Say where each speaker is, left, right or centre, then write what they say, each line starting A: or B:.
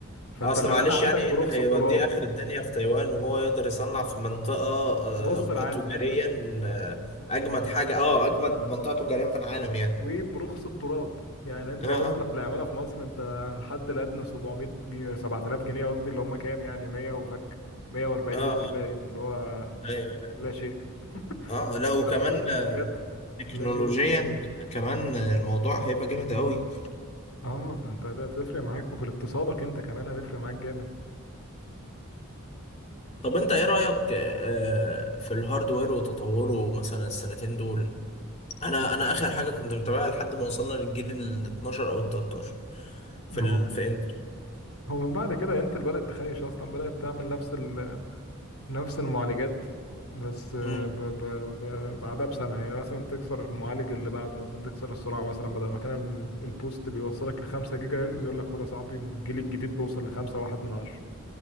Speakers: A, on the left; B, on the left.
A: فانت
B: اصل
A: العمالة
B: معلش
A: عندك
B: يعني ايه
A: برخص
B: اللي هيوديه
A: التراب
B: اخر الدنيا في تايوان وهو يقدر يصنع في منطقة آه
A: بنص العالم
B: تجاريا آه اجمد حاجة اه اجمد منطقة تجاريا في العالم يعني
A: وبرخص التراب يعني انت
B: اه
A: اصلا
B: اه
A: العمالة في مصر انت الحد الادنى 700 جنيه 7000 جنيه قصدي اللي هم كام يعني 100 وفك 140
B: اه
A: دولار باين اللي هو
B: ايوه ايوه
A: لا شيء
B: اه
A: مقارنة
B: لا وكمان
A: للشركات
B: آه، تكنولوجيا
A: لا شيء
B: كمان آه، الموضوع هيبقى جامد قوي
A: اه ده انت هتفرق معاك وفي اقتصادك انت كمان هتفرق معاك جامد
B: طب انت ايه رأيك آه، في الهاردوير وتطوره مثلا السنتين دول انا انا اخر حاجة كنت متابعها لحد ما وصلنا للجيل ال 12 او ال 13 في
A: هو
B: ال... في انتل
A: هو من بعد كده انتل بدأت تخيش اصلا بدأت تعمل نفس ال... نفس المعالجات بس آه،
B: مم.
A: ب... ب... ب... بعدها بسنة يعني مثلا تكسر المعالج اللي بعده مثلا تكسر السرعة مثلا بدل ما كان البوست بيوصلك لخمسة جيجا هرتز يقول لك خد يا صاحبي الجيل الجديد بيوصل لخمسة واحد من عشرة